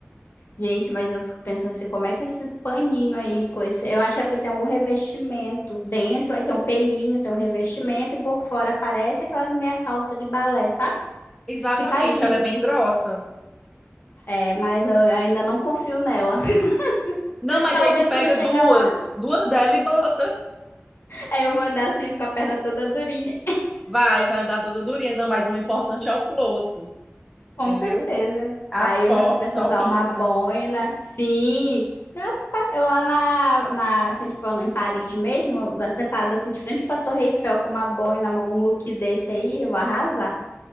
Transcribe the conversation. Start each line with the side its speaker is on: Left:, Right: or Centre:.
Left: Gente, mas eu fico pensando assim, como é que esses paninho aí, com esse... eu acho que é porque tem algum revestimento dentro, aí tem um pelinho, tem um revestimento, e por fora parece aquelas meia calça de balé, sabe?
Centre: Exatamente,
Left: Fica lindo,
Centre: ela é bem grossa.
Left: é, mas eu ainda não confio nela. <laughs>
Centre: Não, mas
Left: Talvez
Centre: aí tu pega
Left: quando eu chegar
Centre: duas,
Left: lá,
Centre: duas dela e bota.
Left: aí eu vou andar assim com a perna toda durinha.
Centre: Vai, vai andar toda durinha. Não, mas o importante é o close,
Left: Com
Centre: entendeu?
Left: certeza.
Centre: As
Left: Aí
Centre: fotos
Left: eu já tô pensando
Centre: topíssimas.
Left: em usar uma boina. Sim. Rapaz, eu lá na, na, se a gente for em Paris mesmo, eu vou sentada assim de frente pra Torre Eiffel com uma boina, uma- um look desse aí, eu vou arrasar.